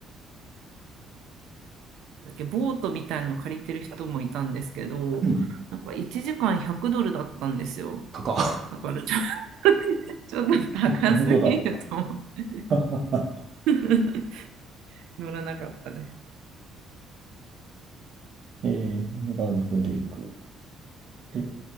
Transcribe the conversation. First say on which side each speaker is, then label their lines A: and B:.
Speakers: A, on the right; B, on the right.
A: だっけボートみたいなの借りてる人もいたんですけど、
B: うん。
A: なんか1時間100ドルだったんですよ。
B: かか。
A: だからちょっと、<laughs> ちょっと高すぎると思って
B: あ、本当だ。<laughs> ははは
A: <laughs> 乗らなかったです。
B: えー、エメラルドレイク。え、